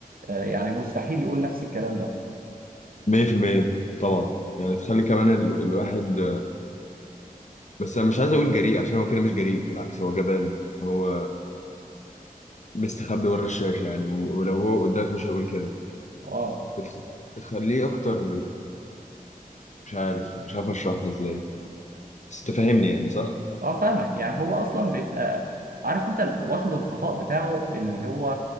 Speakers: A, on the right; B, on the left.
A: آه، يعني مستحيل يقول نفس الكلام ده
B: 100% طبعا يعني تخلي كمان ال... الواحد بس انا مش عايز اقول جريء عشان هو كده مش جريء بالعكس هو جبان هو مستخبي ورا الشاشة يعني و... ولو هو قدامك مش هيقول كده
A: اه
B: بتخ... بتخليه اكتر مش عارف مش عارف اشرحها ازاي بس تفهمني يعني صح
A: اه فاهمك يعني هو اصلا بيبقى عارف انت ال- واخد الغطاء بتاعه ان هو